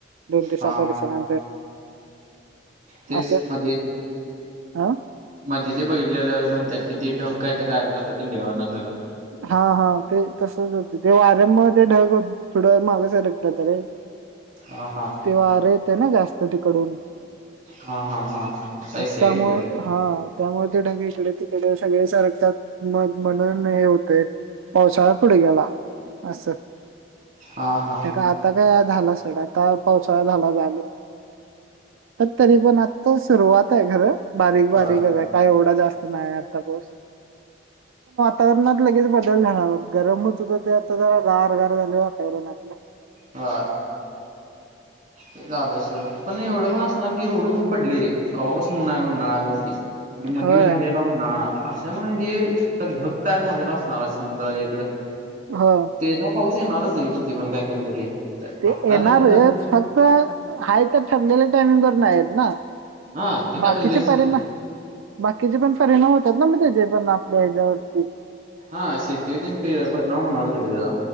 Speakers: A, on the right; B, on the right.
A: दोन ते सात
B: हा
A: वर्षानंतर
B: हा तेच
A: असं
B: मध्ये
A: ह
B: मध्ये ते बघीतलेलं म्हणतात कि ते ढग कायं आता गायब झालत इंडियावरंन सगळं
A: हा हा ते तसच होत ते वाऱ्यामुळं ते ढग हो थोड्या वेळ माघ सरखतात रे.
B: हा हा
A: ते वार रहितना जास्त तिकडून
B: हा हा हा <unintelligible>
A: त्यामुळ हा त्यामुळे तेढग इकड तिकड सगळे सरक त्यात मग म्हणून हे होतंय पावसाळा पुढे गेला. अस
B: हा हा
A: हे आता काय झाला सडा, काव काव चालू झाल्यावर आले. पण तरी पण आत्ता सुरुवात आहे खर, बारीक बारीकच
B: ह
A: आहे काय एवढा जास्त नाही आता पाऊस. तर मग लगेच बदल झाला गरमच होत ते आता जरा गार गार झालं वाटायला लागलं.
B: हा. ते झालं सोड पण एवढं ऊन असणार की एवढं ऊन पडले केव्हापासून ऊन आहे ऊन बघ तेच आणि मध्ये
A: होय.
B: ये झालेला ऊनाळा आस त्यामुळे जे ढग तयार झालेला असणार आज समुद्राच्या इकडं.
A: हा
B: तेचा पाऊस येणारच किती पण काय केलं तरी
A: ते
B: आता
A: येणार
B: जरी धरण
A: हेत फक्त हाय त्या ठरलेल्या टायमिंग वर नाही येत ना.
B: हा ते काय
A: बाकीचे
B: हल्लेच
A: परीना
B: की
A: बाकीचे पण परिणाम होतात ना मग त्याचे जे पण आपल्या याच्यावरती.
B: हा शेती बिन पेर परिणाम होणारचय आहे याचा